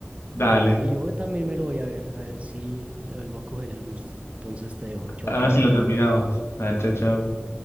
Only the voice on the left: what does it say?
Dale,
a
ver si lo terminamos. Dale, chao, chao.